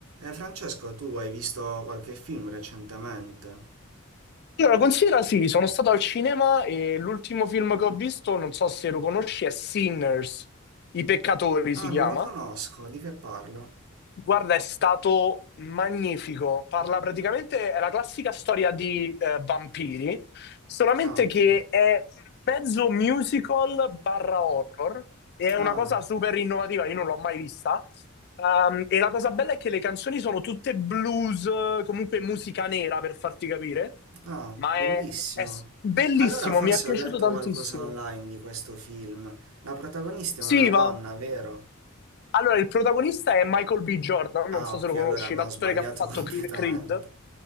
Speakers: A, on the right; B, on the left.
A: Eh, Francesco, tu hai visto qualche film recentemente?
B: Allora, considera sì, sono stato al cinema e l'ultimo film che ho visto, non so se lo conosci, è Sinners, I peccatori
A: Ah,
B: si
A: non
B: chiama.
A: lo conosco, di che parla?
B: Guarda, è stato magnifico. Parla praticamente, è la classica storia di eh, vampiri, solamente
A: Ah, ok.
B: che è un mezzo musical barra horror e è
A: Ah,
B: una cosa super innovativa, io non l'ho mai vista. Ehm, e la cosa bella è che le canzoni sono tutte blues, comunque musica nera per farti capire,
A: ah,
B: ma
A: bellissimo.
B: è, è s- bellissimo,
A: Allora forse
B: mi è piaciuto
A: ho letto
B: tantissimo.
A: qualcosa online di questo film. La protagonista
B: Sì,
A: è una donna,
B: va.
A: vero?
B: Allora, il protagonista è Michael B. Jordan,
A: Ah,
B: non so
A: ok,
B: se lo conosci,
A: allora hanno
B: l'attore
A: sbagliato
B: che ha fatto
A: <laughs> completamente.
B: Cre- Creed.